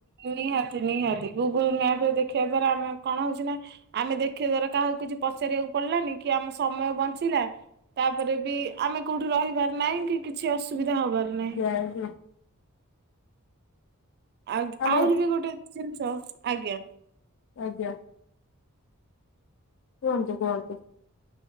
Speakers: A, on the right; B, on the left.
A: ନିହାତି ନିହାତି ଗୁଗୁଲ ମ୍ୟାପରେ ଦେଖିବା ଦ୍ଵାରା ଆମେ କଣ ହୋଉଚି ନା ଆମେ ଦେଖିବା ଦ୍ୱାରା କାହାକୁ କିଛି ପଚାରିବାକୁ ପଡିଲାନି କି ଆମ ସମୟ ବଞ୍ଚିଲା। ତାପରେ ବି ଆମେ କୋଉଠି ରହିବାର ନାହିଁ କି କିଛି ଅସୁବିଧା ହବାର ନାହିଁ।
B: ଆ ହୁଁ।
A: ଆଉତ୍
B: ଆମେ
A: ଆହୁରି ବି ଗୋଟେ ଜିନଷ ଆଜ୍ଞା
B: ଆଜ୍ଞା। କୁହନ୍ତୁ କୁହନ୍ତୁ।